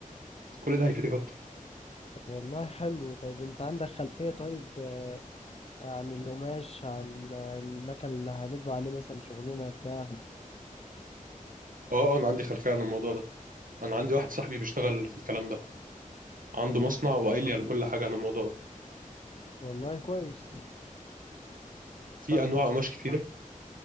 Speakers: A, on the right; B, on the left.
A: كل ده هيفيدك اكتر
B: والله حلو طيب انت عندك خلفيه طيب آه، عن القماش عن آه، المكان اللي هنطبع عليه مثلا شغلنا بتاع
A: اه آه، انا عندي خلفيه عن الموضوع ده انا عندي واحد صاحبي بيشتغل في الكلام ده عنده
B: طب
A: مصنع وقايل لي على كل حاجه عن الموضوع ده
B: والله كويس
A: في
B: طيب
A: انواع قماش كتيره